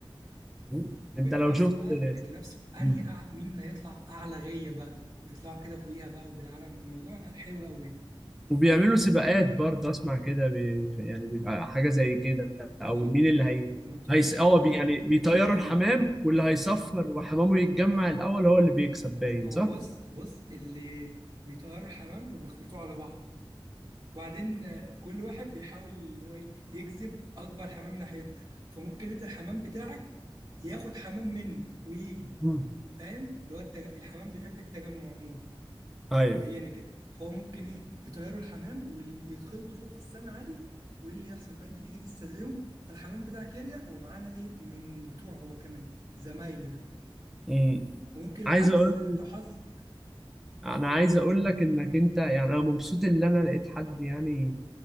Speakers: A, in the centre; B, on the right.
A: مظبوط
B: وبيتنافسوا
A: انت لو شفت
B: بقى بيتنافسوا انهي
A: مم.
B: أع... مين هيطلع اعلى غية بقى ويطلعوا كده فوقيها بقى وبالعالم الموضوع حلو قوي يعني
A: وبيعملوا سباقات برضه اسمع كده بي... يعني بيبقى حاجه زي كده او
B: هو
A: مين
B: ما
A: اللي
B: ما-
A: هي
B: ما بتبقاش
A: هيس
B: سباقات
A: اه بي...
B: قوي
A: يعني بيطيروا
B: لا
A: الحمام واللي
B: اه
A: هيصفر وحمامه يتجمع الاول هو اللي بيكسب باين
B: هو
A: صح
B: بص بص اللي بيطيروا الحمام وبيخلطوه على بعض وبعدين آه، كل واحد بيحاول ان هو إيه يجذب اكبر حمام ناحيته فممكن انت الحمام بتاعك ياخد حمام منه ويجي
A: مم.
B: فاهم اللي هو التج... الحمام بيحب التجمع عموما
A: ايوه
B: زينا كده فهو ممكن ايه يطيروا الحمام ويتخلطوا فوق في السماء عادي وايه اللي يحصل بقى انت تيجي تستدعيهم فالحمام بتاعك يرجع ومعانا ايه من بتوعه هو كمان زمايله يعني
A: مم.
B: وممكن العكس
A: عايز اقول
B: يعني انت وحظك
A: انا عايز اقول لك انك انت يعني انا مبسوط ان انا لقيت حد يعني